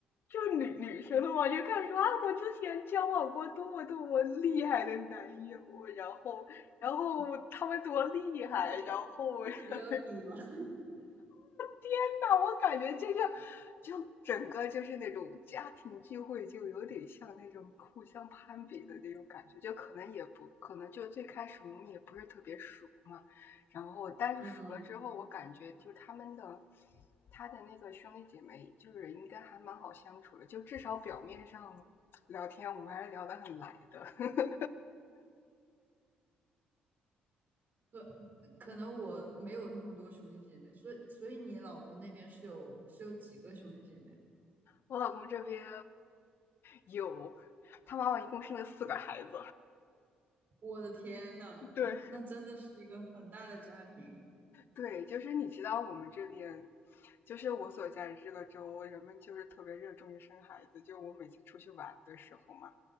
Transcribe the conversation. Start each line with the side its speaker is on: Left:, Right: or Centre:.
Left: 就是女女生了嘛，就开始说啊，我之前交往过多么多么厉害的男友，然后，然后他们多厉害，
Right: 这不是
Left: 然后
Right: 这个都要比吗？
Left: <laughs>，
Right: <laughs>
Left: 天呐，我感觉就像，就整个就是那种家庭聚会，就有点像那种互相攀比的那种感觉。就可能也不可能，就最开始我们也不是特别熟嘛，然后但是熟了之后，
Right: 嗯，
Left: 我感觉就他们的他的那个兄弟姐妹，就是应该还蛮好相处的，就至少表面上聊天我们还是聊得很来的。<laughs>
Right: 可嗯可能我没有那么多兄弟姐妹，所以所以你老公那边是有是有几个兄弟姐妹？
Left: 我老公这边有。他妈妈一共生了四个孩子，
Right: 我的天呐，
Left: 对，
Right: 那真的是一个很大的家庭。
Left: 对，就是你知道我们这边，就是我所在的这个州，人们就是特别热衷于生孩子。就我每次出去玩的时候嘛，